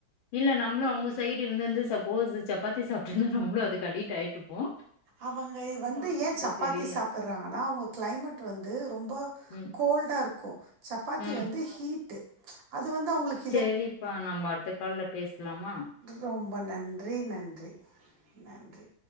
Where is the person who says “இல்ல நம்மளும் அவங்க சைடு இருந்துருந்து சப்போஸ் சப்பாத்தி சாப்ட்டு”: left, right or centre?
Left